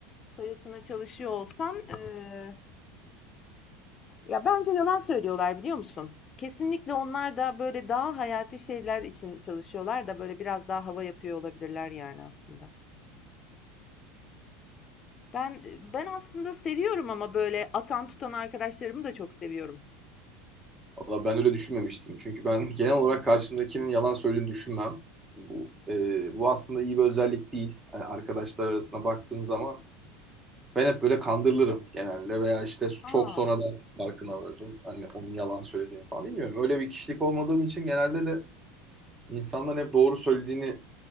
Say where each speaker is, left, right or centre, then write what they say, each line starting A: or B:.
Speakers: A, on the left (about 35°); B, on the right (about 20°).
A: parasına çalışıyor olsan eee, ya bence yalan söylüyorlar biliyor musun? Kesinlikle onlar da böyle daha hayati şeyler için çalışıyorlar da böyle biraz daha hava yapıyor olabilirler yani aslında. Ben ben aslında seviyorum ama böyle atan tutan arkadaşlarımı da çok seviyorum.
B: Valla ben öyle düşünmemiştim. Çünkü ben genel olarak karşımdakinin yalan söylediğini düşünmem. Bu, e, bu aslında iyi bir özellik değil. Yani arkadaşlar arasına baktığın zaman Ben hep böyle kandırılırım genelde veya işte çok
A: Aa,
B: sonradan farkına varırım. Hani onun yalan söylediğini falan bilmiyorum. Öyle bir kişilik olmadığım için genelde de insanların hep doğru söylediğini